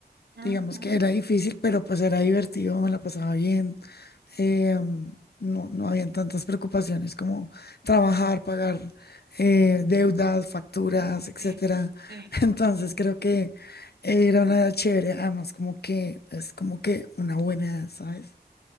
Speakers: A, on the right (about 75°); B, on the left (about 70°).
A: Ujú.
B: digamos que era difícil, pero pues era divertido, me la pasaba bien, eh, no, no habían tantas preocupaciones como trabajar, pagar eh, deudas, facturas, etcétera.
A: Sí, sí,
B: <laughs> Entonces creo que era una edad chévere, además como que es como que una buena edad, ¿sabes?